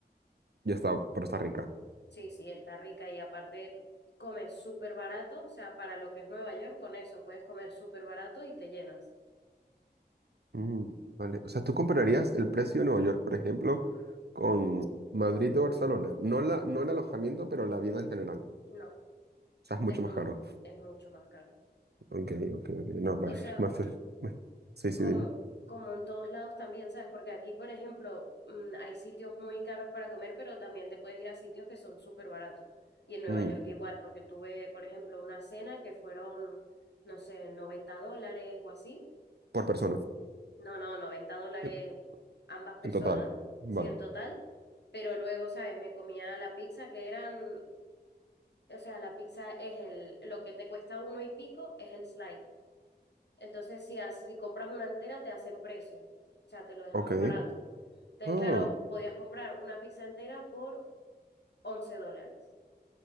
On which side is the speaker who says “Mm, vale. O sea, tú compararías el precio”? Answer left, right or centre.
Right